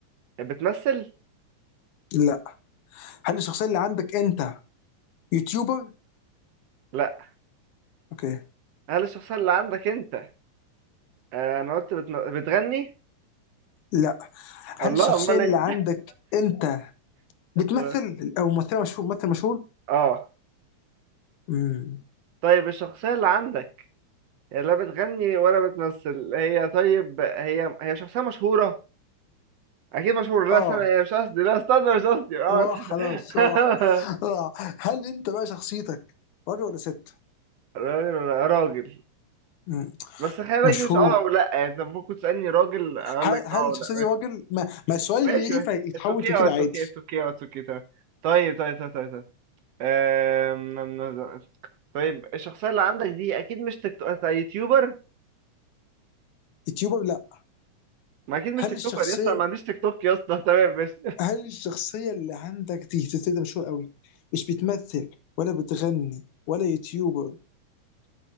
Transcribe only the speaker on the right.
بتمثل؟
لا
هل الشخصية اللي عندك أنت آه أنا قلت بتم... بتغني؟
الله
أمال
إيه
<laughs>
آه
طيب الشخصية اللي عندك هي لا بتغني ولا بتمثل هي طيب هي هي شخصية مشهورة أكيد مشهورة لا
استنى هي مش قصدي لا استنى مش قصدي آه
<laughs>
راجل ولا راجل
بس خلي بالك
دي مش اه او لا يعني انت ممكن تسألني راجل اقول
لك
اه او
لا
ماشي
ماشي
اتس اوكي
او اتس
اوكي اتس اوكي او اتس اوكي تمام طيب طيب طيب طيب طيب أم... أم- أم- طيب الشخصية اللي عندك دي اكيد مش تيك توك أنت يوتيوبر
ما اكيد مش
تيك
توكر يا اسطى أنا ما عنديش تيك توك يا اسطى تمام مش